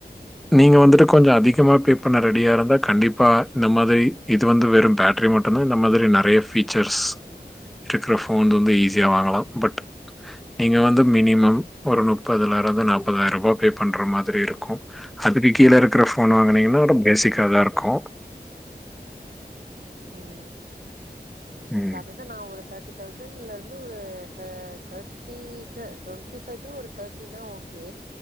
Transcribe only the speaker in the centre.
நீங்க வந்துட்டு கொஞ்சோ அதிகமா பே பண்ண ரெடியா இருந்தா கண்டிப்பா இந்த மாதிரி இது வந்து வெறு பேட்ரி மட்டுதா இந்த மாதிரி நெறைய ஃபீச்சர்ஸ் இருக்குற ஃபோன் வந்து ஈஸியா வாங்கலா பட் நீங்க வந்து மினிமம் ஒரு நுப்பதுல இருந்து நாப்பதாயிர ரூபா பே பண்ற மாதிரி இருக் கு அதுக்கு கீழே இருக்குற ஃபோன் வாங்கனீங்கன்னா வெரொ பேசிக்கா தா இருக்கு
ம்